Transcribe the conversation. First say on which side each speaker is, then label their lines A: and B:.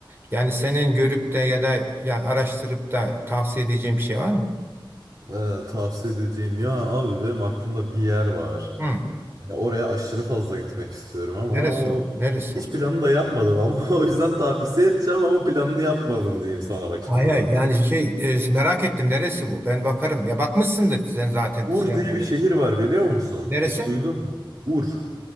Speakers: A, on the right; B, on the right.
A: Yani senin görüp de ya da ya araştırıp da tavsiye edeceğin bir şey var mı?
B: Ee, tavsiye edeceğim. Ya abi benim aklımda bir yer var.
A: Hı.
B: Yani oraya aşırı fazla gitmek istiyorum ama
A: Neresi
B: o
A: o? Neresi?
B: hiç planını da yapmadım ama <laughs> o yüzden tavsiye edeceğim ama planını yapmadım diyeyim sana bak şimdiden.
A: Hayır hayır. yani şey e, merak ettim neresi bu? Ben bakarım. Ya bakmışsındır sen zaten
B: Ur
A: şey yapmıyordun.
B: diye bir şehir var biliyor musun?
A: Neresi?
B: Hiç duydun mu? Ur.